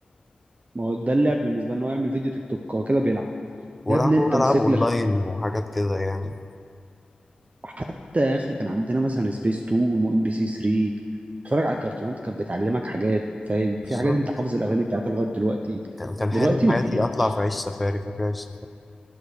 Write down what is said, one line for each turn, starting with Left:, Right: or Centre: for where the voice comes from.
Right: ما هو ده اللعب بالنسبه ان هو يعمل فيديو تيك توك هو كده بيلعب
Centre: ويلعبوا
Right: يا ابني انت
Centre: بقى
Right: امسك
Centre: العاب اونلاين
Right: لك
Centre: وحاجات كده يعني
Right: حتى يا اخي كان عندنا مثلا سبيس تون وام بي سي 3 اتفرج على الكرتونات كانت بتعلمك حاجات فاهم
Centre: بالظبط
Right: في حاجات انت حافظ الاغاني بتاعتها لغايه دلوقتي
Centre: كان كان حلم
Right: دلوقتي
Centre: حياتي
Right: ما فيش
Centre: اطلع في عيش سفاري فاكر عيش